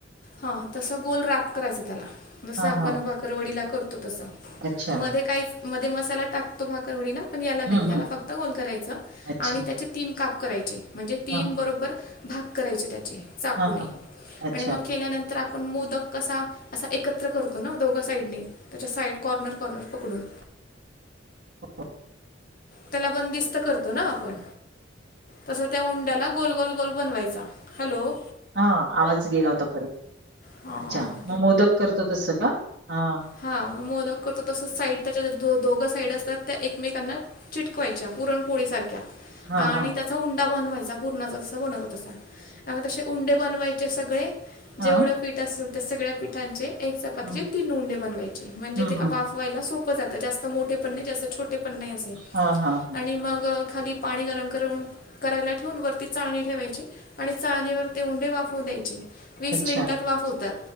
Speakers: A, on the left; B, on the right.
A: हा तसं गोल राखायचं. जस
B: हां,
A: आपण
B: हां.
A: भाकरवडीला करतो तस
B: अच्छा.
A: मध्ये काय मध्ये मसाला टाकतो भाकरवडीला पण याला नाही
B: हं,
A: याला
B: हं.
A: फक्त गोल करायचं
B: अच्छा.
A: आणि त्याचे तीन काप करायचे म्हणजे तीन
B: हां, हां.
A: बरोबर भाग करायचे त्यात. चाकूने
B: हां, हां. अच्छा.
A: आणि मग केल्यानंतर <unintelligible> पण मोदक कसा असा एकत्र करतो ना, दोघ साईडनी त्याच्या साईड कॉर्नर कॉर्नर पकडून.
B: <inaudible>
A: त्याला बंदिस्त करतो ना आपण. तस त्या उंड्याला गोल गोल गोल बनवायचा. हॅलो,
B: हा आवाज गेला होता परत.
A: हां
B: अच्छा मग मोदक करतो तस का? हां
A: हा मग मोदक करतो तसं, साईड त्याच्या दोघच स्प्रेड असत्यात, त्या एकमेकांना चिटकवायच्या पुरणोळी सारख्या
B: हां,
A: आणि
B: हां.
A: त्याचा उंडा बनवायचा पूरणाचा तसा बनवतो तसा, त्यामुळे तसे उंडे बनवायचे सगळे
B: हा,
A: जेवढं सगळ्या पिठाचे एक चपातीचे,
B: हं.
A: तीन उंडे बनवायचे म्हणजे
B: हं,
A: ते
B: हं.
A: वाफवायला सोपे, जास्त मोठे पण नाही, जास्त छोटे पण नाही असे
B: हां, हां, हां.
A: आणि मग खाली पाणी गरम करून करायला ठेवून, वरती चाळणी ठेवायची आणि चाळणीवर ते उंडे वाफवू द्यायचे. वीस
B: अच्छा.
A: मिनिटात वाफवतात,